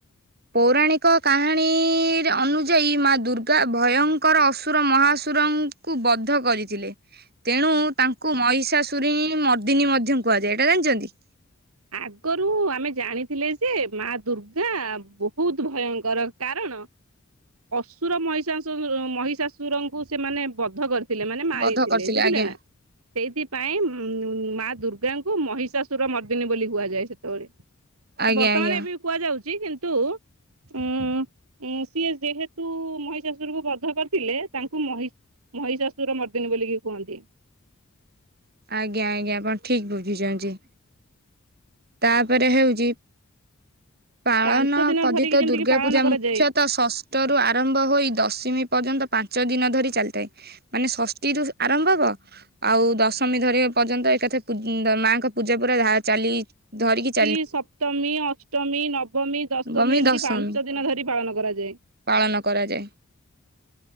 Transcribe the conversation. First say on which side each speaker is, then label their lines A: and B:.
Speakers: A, on the right; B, on the right.
A: ପୌରାଣିକ କାହାଣୀରେ ଅନୁଯାୟୀ ମା ଦୁର୍ଗା ଭୟଙ୍କର ଅସୁର ମହାସୁର କୁ ବଦ୍ଧ କରିଥିଲେ। ତେଣୁ ତାଙ୍କୁ ମହିଷା ସୁରି ମର୍ଦିନୀ ମଧ୍ୟ କୁହାଯାଏ ଏଇଟା ଜାଣିଚନ୍ତି?
B: ଆଗରୁ ଆମେ ଜାଣିଥିଲେଯେ ମା ଦୁର୍ଗା ବହୁତ୍ ଭୟଙ୍କର କାରଣ ଅସୁର ମହିଷା ମହିଷାଶୁରଙ୍କୁ ସେମାନେ ବଧ କରି ପିଲା ମାନେ ମାରିଥିଲେ
A: ବଧ କରିଥିଲେ
B: ବୁଝିଲେନା।
A: ଆଜ୍ଞା
B: ସେଇଥିପାଇଁ ଉ ମା ଦୁର୍ଗାଙ୍କୁ ମହିଷାଶୁର ମ ଦି ଦିନି ବୋଲି କୁହାଯାଏ ସେତେବେଳେ
A: ଆଜ୍ଞା
B: ବର୍ତ୍ତମାନ
A: ଆଜ୍ଞା
B: ଏବେ କୁହାଯାଉଚି କିନ୍ତୁ ଉଁ ସିଏ ଯେହେତୁ ମହିଷାଶୁରକୁ ବଧ କରିଥିଲେ ତାଙ୍କୁ ମହି ମହିଷାଶୁର ମର୍ଦିନୀ ବୋଲିକି କୁହନ୍ତି।
A: ଆଜ୍ଞା ଆଜ୍ଞା ଆପଣ ଠିକ୍ ବୁଝିଚନ୍ତି। ତାପରେ ହେଉଚି ପାଳନ
B: ପାଞ୍ଚ ଦିନ
A: ପଦିତ
B: ଧରିକି ଯେମିତିକି
A: ଦୁର୍ଗା
B: ପାଳନ
A: ପୂଜା
B: କରାଯାଏ।
A: ମୁଖ୍ୟତଃ ଷ ଅଟରୁ ଆରମ୍ଭ ହୋଇ ଦଶମୀ ପର୍ଯ୍ୟନ୍ତ ପାଞ୍ଚ ଦିନ ଧରି ଚାଲିଥାଏ ତ ମାନେ ଷଷ୍ଠୀରୁ ଆରମ୍ଭ ହବ ଆଉ ଦଶମୀ ଧରିବା ପର୍ଯ୍ୟନ୍ତ ଏକାଥରେ ମାଙ୍କ ପୂଜା ପୁରା ଚାଲି ଧରିକି ଚା
B: ଟି ସପ୍ତମୀ ଅଷ୍ଟମୀ ନବମୀ ଦଶମୀ
A: ନବମୀ
B: ଏମିତି
A: ଦଶମୀ
B: ପାଞ୍ଚ ଦିନ ଧରି ପାଳନ କରାଯାଏ।
A: ପାଳନ କରାଯାଏ।